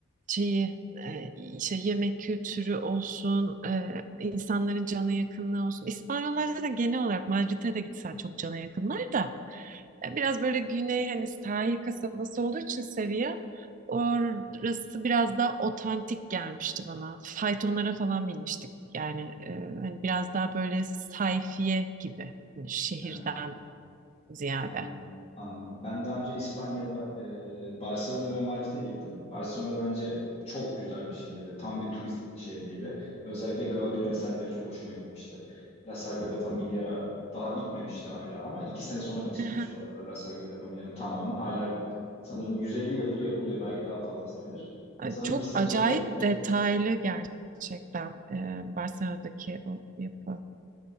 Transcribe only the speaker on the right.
şeyi eee, işte yemek kültürü olsun, eee, insanların cana yakınlığı olsun. İspanyollar da genel olarak Madrid'e de gitsen çok cana yakınlar da. E, Biraz böyle güney hani sahil kasabası olduğu için seviye orası biraz daha otantik gelmişti bana. Faytonlara falan binmiştik. Yani
e, hani biraz daha böyle sayfiye gibi hani şehirden
ziyade.
<laughs>
Yani
Çok
acayip
detaylı gerçekten e, Barcelona'daki o yapı.